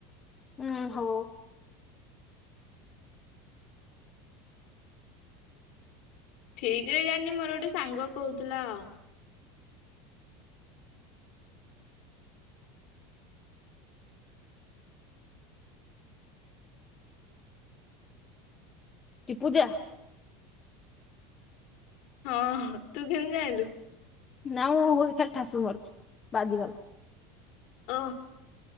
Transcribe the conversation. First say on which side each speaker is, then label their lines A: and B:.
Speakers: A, on the left; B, on the left.
A: ହୁଁ ହଉ।
B: ଠିକରେ ଜାଣି ମୋର ଗୋଟେ ସାଙ୍ଗ କହୁଥିଲା ଆଉ।
A: କି ପୂଜା
B: ହଁ ତୁ କେମ ଜାଇଲୁ
A: ନଁ ହ ଖଲ ଠାସୁ ହି ବାଦି ଅଲ
B: ଓ